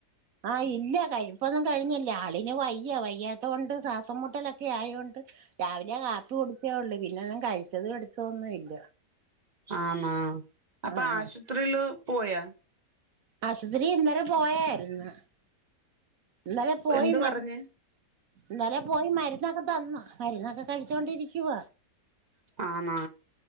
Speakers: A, on the right; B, on the right.
A: ആ ഇല്ല കഴിപ്പൊന്നും കഴിഞ്ഞില്ല ആളിന് വയ്യ, വയ്യാത്ത കൊണ്ട് ശ്വാസംമുട്ടലൊക്കെ ആയോണ്ട് രാവിലെ കാപ്പി കുടിച്ചേ ഒള്ളു പിന്നൊന്നും കഴിച്ചതും എടുത്തതുമൊന്നും ഇല്ല.
B: ആണാ, അപ്പ
A: ആഹ്
B: ആശുത്രിയില് പോയാ?
A: ആശുത്രി ഇന്നലെ പോയായിരുന്നു ഇന്നലെ പോയി
B: എന്ത്
A: മരുന്ന്
B: പറഞ്ഞ്
A: ഇന്നലെ പോയി മരുന്നൊ ഒക്കെ തന്ന്. മരുന്നൊക്കെ കഴിച്ചോണ്ടിരിക്കുവ.
B: ആണാ,